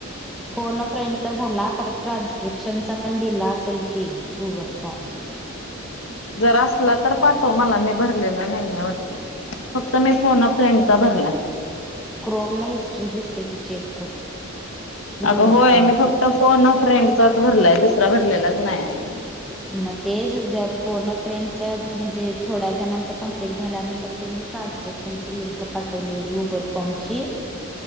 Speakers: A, in the centre; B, on the left (about 75°).
A: फोन अ फ्रेंडचा झाला परत ट्रान्स्क्रिप्शनचा पण दिला असेल की गुगल फॉर्म?
B: जर असला तर पाठव मला मी भरलेला नाही वाटत. फक्त मी फोन अ फ्रेंडचा भरलाय.
A: क्रोमला हिस्ट्री दिसते की चेक कर. गुगल
B: अगं होय
A: फॉर्मची
B: मी फक्त फोन अ फ्रेंडचाचं भरलाय दुसरा भरलेलाच नाही.
A: मग तेच जर फोन अ फ्रेंडचा म्हणजे थोड्या जणांचं कंप्लीट झाल्यानंतर त्यांनी ट्रान्स्क्रिप्शनची लिंक पाठवलेली गुगल फॉर्म ची,